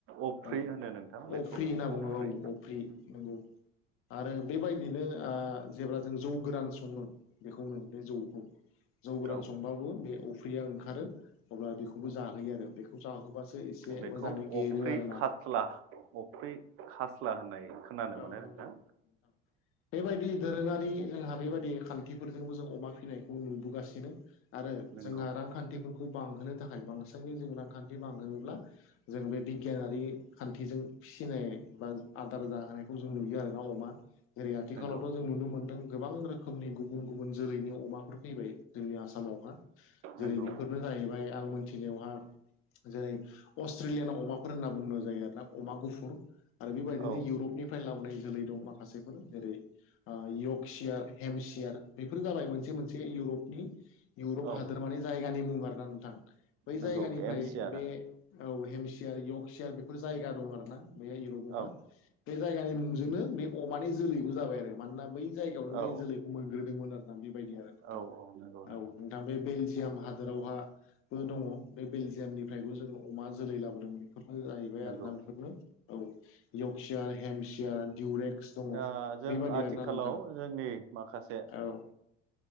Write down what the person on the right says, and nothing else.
अफ्रि
होनो नोंथां बेखौ
अफ्रि
औ
बेखौ
अफ्रि
खास्ला अफ्रि खास्ला होननाय खोनानो
मोनो नोंथां
नंगौ
नंगौ
नंगौ
औ
औ
नंगौ
एम सि आर आ
औ
औ
औ औ नंगौ नंगौ
नंगौ
दा जों
आथिखालाव
जोंनि माखासे